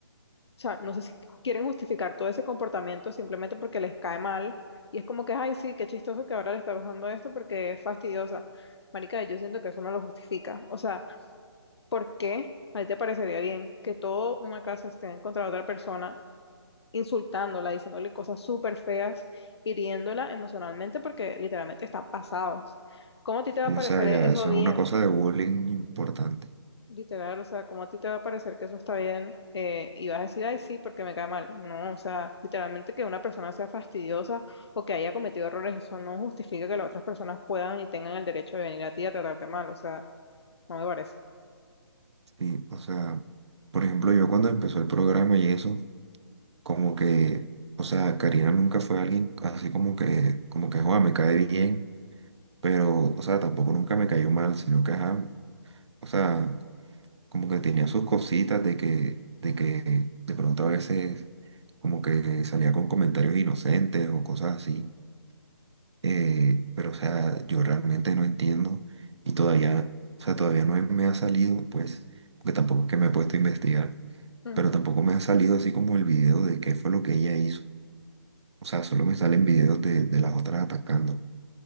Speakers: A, on the left; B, on the right.
A: O sea, no sé si quieren justificar todo ese comportamiento simplemente porque les cae mal y es como que, ay, sí, qué chistoso que ahora le está pasando esto porque es fastidiosa. Marica, yo siento que eso no lo justifica. O sea, ¿por qué? ¿A ti te parecería bien que toda una casa esté en contra de otra persona insultándola, diciéndole cosas súper feas, hiriéndola emocionalmente porque literalmente están pasados. ¿Cómo a ti te va
B: Y,
A: a parecer
B: o sea, ya
A: e- eso
B: eso
A: bien?
B: es una cosa de bullying importante.
A: Literal, o sea, ¿cómo a ti te va a parecer que eso está bien? Eh, y vas a decir, ay, sí, porque me cae mal. No, o sea, literalmente que una persona sea fastidiosa o que haya cometido errores, eso no justifica que las otras personas puedan y tengan el derecho de venir a ti a tratarte mal, o sea, no me parece.
B: Sí, o sea, por ejemplo, yo cuando empezó el programa y eso, como que, o sea, Karina nunca fue alguien así como que, como que, joder, me cae bien pero, o sea, tampoco nunca me cayó mal, sino que, ajá, O sea, como que tenía sus cositas de que, de que de pronto a veces como que salía con comentarios inocentes o cosas así. Eh, pero, o sea, yo realmente no entiendo y todavía, o sea, todavía no me ha salido, pues, porque tampoco es que me he puesto a investigar,
A: Ujú.
B: pero tampoco me ha salido así como el video de qué fue lo que ella hizo. O sea, solo me salen videos de, de las otras atacando.